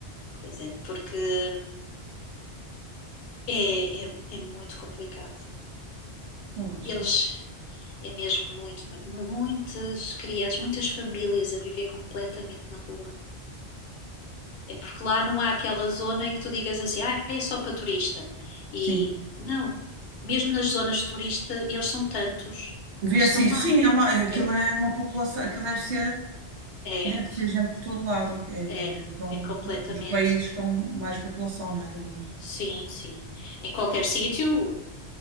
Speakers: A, on the left; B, on the right.
A: pois é, porque hum, é, é, é muito complicado.
B: ouço.
A: Eles, é mesmo muito, muito, muitas crianças, muitas famílias a viver completamente na rua. É porque lá não há aquela zona em que tu digas assim, ah, é só para turista. E
B: Sim.
A: não, mesmo nas zonas turistas, eles são tantos
B: Vê-se
A: que estão
B: isso.
A: lá.
B: Sim, é uma, aquilo
A: É,
B: é uma população, aquilo deve ser,
A: é,
B: deve ser gente por todo lado. que É, é
A: é,
B: um
A: é completamente.
B: dos países com mais população, não é, do mundo.
A: Sim, sim. Em qualquer sítio